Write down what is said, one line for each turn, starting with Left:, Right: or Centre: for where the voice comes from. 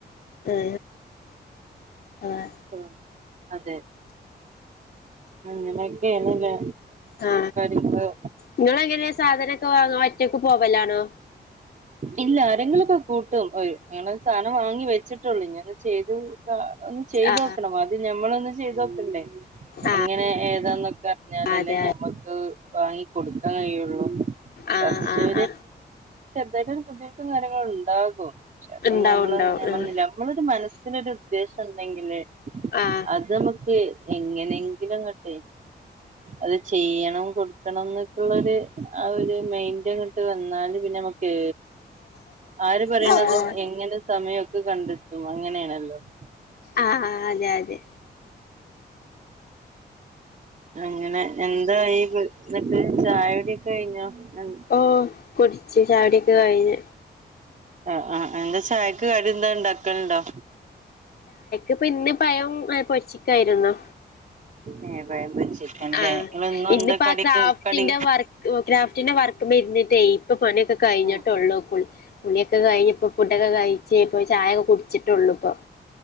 Left: ഹേ <inaudible>
Right: <unintelligible> അതെ അങ്ങനെക്കെആണ്ല്ലെ
Left: ആ
Right: <inaudible>
Left: നിങ്ങളെങ്ങനെ സാധനൊക്കെ വാങ്ങ ഒറ്റക്ക് പോ പോവലാണോ
Right: ഇല്ല ആരെങ്കിലൊക്കെ കൂട്ടും ഓർ ഞങ്ങള് സാധനം വാങ്ങി വെച്ചിട്ടുള്ളൂ ഇനി അത്‌ ചെയ്തു ഒന്ന് ചെയ്തോക്കണം
Left: ആ
Right: ആദ്യം ഞമ്മളൊന്ന് ഇജ്ജ് ചെയ്തോക്കണ്ടേ
Left: ആ
Right: എങ്ങനെ ഏതാന്നൊക്കെ അറിഞ്ഞാലല്ലേ
Left: അതെ
Right: ഞമ്മക്ക് വാങ്ങി കൊടുക്കാൻ കഴിയുള്ളു
Left: ആ
Right: പക്ഷെ
Left: ആ ആ
Right: വരും ബുദ്ധിമുട്ടും കാര്യങ്ങളും ഉണ്ടാകും പക്ഷെ അതൊന്നും
Left: ഉണ്ടാവും
Right: നമ്മള്
Left: ഉണ്ടാവും
Right: അങ്ങനെ പറഞ്ഞില്ല നമ്മളൊരു മനസ്സിലൊരു ഉദ്ദേശം ണ്ടെങ്കില്
Left: ആ
Right: അത് നമുക്ക് എങ്ങനെങ്കിലുംങ്ങണ്ട് അത് ചെയ്യണം കൊടുക്കണം എന്നൊക്കുള്ള ഒരു ആ ഒരു മൈൻഡ്ങ്ങട്ട് വന്നാല് കേ ആര് പറയണതും
Left: ആ ആ
Right: എങ്ങനെ സമയം ക്കെ കണ്ട് അങ്ങനെയണല്ലോ <inaudible>
Left: ആഹ് ആഹ് അതെ അതെ
Right: അങ്ങനെ എന്താ ഈ എന്നിട്ട് ചായകുടി ഒക്കെ കഴിഞ്ഞോ അ
Left: ഓ കുടിച്ച് ചായ കുടിയൊക്കെ കഴിഞ്
Right: ആ ആ എന്താ സ്പെ ചായക്ക് കടി എന്തെങ്കിലും ഉണ്ടാക്കലുണ്ടോ
Left: ഇപ്പൊ ഇന്ന് പഴം പൊരിച്ച ക്കായിരുന്നു
Right: ഏഹ് പഴം പൊരിച്ചിരിക്കാണല്ലേ
Left: ആ
Right: നിങ്ങള് ഇന്നും
Left: ഇന്നിപ്പോ
Right: എന്താ കടിക്ക്
Left: ആ ക്രാഫ്റ്റിന്റെ
Right: കടി
Left: വർക്ക് ക്രാഫ്റ്റിന്റെ വർക്ക് മ്മേ ഇരുന്നിട്ട് ഇപ്പൊ പണിയൊക്കെ കഴിഞ്ഞിട്ടെള്ളൂ
Right: ഉം ഉം
Left: കുളി കുളിയൊക്കെ കഴിഞ്ഞപ്പോ കു കഴിച്ചേ ഇപ്പ ചായെക്കെ കുടിച്ചിട്ടൂള്ളൂപ്പം